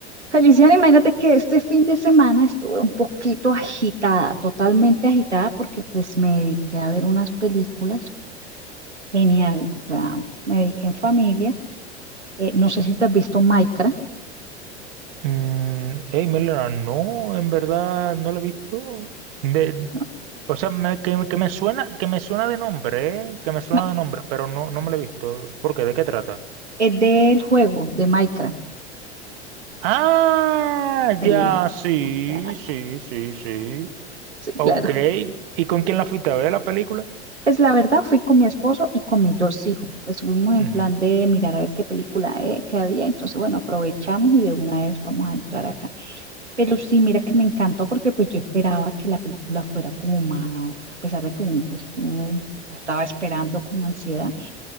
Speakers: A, on the right (about 85°); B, on the right (about 55°).
A: Feliciana, imagínate que este fin de semana estuve un poquito agitada, totalmente agitada, porque pues me dediqué a ver unas películas. Genial, o sea, me dediqué en familia. Eh, no sé si te has visto Minecraft,
B: Mm, hey, Melena, no, en verdad no lo he visto. De,
A: ¿no?
B: o sea, me- que, que me suena, que me suena de nombre, ¿eh? Que me suena
A: Bueno,
B: de nombre, pero no, no me lo he visto. ¿Por qué? ¿De qué trata?
A: es del juego de Minecraft.
B: Ah,
A: Sí,
B: ya, sí,
A: ah,
B: sí, sí, sí.
A: sí,
B: Ok.
A: claro.
B: ¿Y con quién la fuiste a ver la película?
A: Pues la verdad fui con mi esposo y con mis dos hijos. Pues fuimos en
B: Ujú,
A: plan de mirar a ver qué película eh, que había. Entonces, bueno, aprovechamos y de una vez vamos a entrar acá. Pero sí, mira que me encantó porque pues yo esperaba que la película fuera como más, a pesar de que uno, pues, uno la estaba esperando con ansiedad,